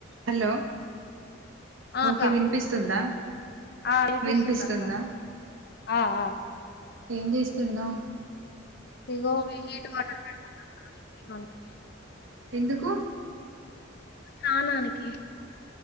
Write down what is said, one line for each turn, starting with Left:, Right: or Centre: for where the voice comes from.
Right: హలో
Left: ఆ
Right: ఓకే
Left: అక్క
Right: వినిపిస్తుందా
Left: ఆ వినిపిస్తుంది
Right: వినిపిస్తుందా
Left: అక్క ఆ ఆ
Right: ఏం చేస్తున్నావు
Left: ఇగో హీట్ వాటర్ పెడుతున్న అక్క పిల్లోనికి
Right: ఎందుకు
Left: స్నానానికి